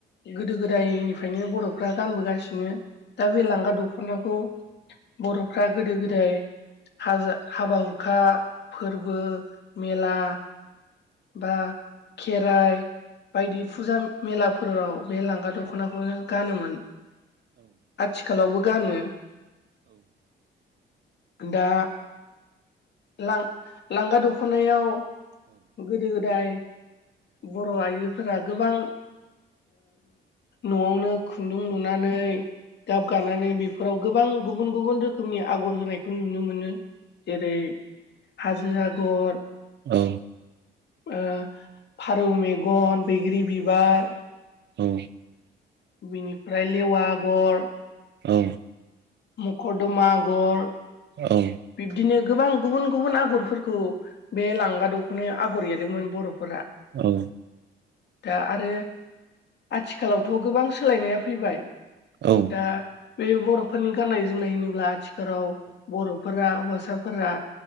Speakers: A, on the left; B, on the right.
A: गोदो गोदायनिफ्रायनो बर'फ्रा गानबोगासिनो दा बे लांगा दख'नाखौ बर'फ्रा गोदो गोदाय हाज हाबा हुखा फोरबो मेला बा खेराइ बायदि फुजा मेलाफोराव बे लांगा दख'नाखौनो गानोमोन आथिखालावबो गानो दा लां लांगा दख'नायाव गोदो गोदाय बर' आइजो फोरा गोबां न'आवनो खुन्दुं लुनानै गाब गानानै बे फोराव गोबां गुबुन गुबुन रोखोमनि आगर होनायखौ नुनो मोनो जेरै हाजो आगर
B: औ
A: ओ फारौ मेगन, बैग्रि बिबार,
B: औ
A: बिनिफ्राय लेवा आगर,
B: औ
A: मखर्दमा आगर,
B: औ
A: बिब्दिनो गोबां गुबुन-गुबुन आगरफोरखौ बे लांगा दख'नायाव आगर एरोमोन बर'फोरा
B: औ
A: दा आरो आथिखालावथ' गोबां सोलायनाया फैबाय
B: औ
A: दा बे बर'फोरनि गान्नाय-जोमनाय होनोब्ला आथिखालाव बर'फोरा हौवासाफोरा